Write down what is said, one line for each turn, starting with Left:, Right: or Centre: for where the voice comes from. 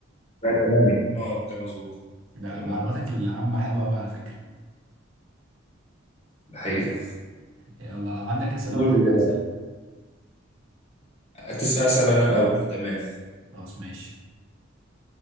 Left: لا تمام اه كان مظبوط
Right: ده
Left: تمام
Right: معلوماتك العامة حلوة قوي على فكرة
Left: الحقيقة
Right: يلا عندك أسئلة
Left: قول
Right: ولا حاجة
Left: اللي بقى
Right: أسألك
Left: أتس- أسأل أنا الأول تمام
Right: خلاص ماشي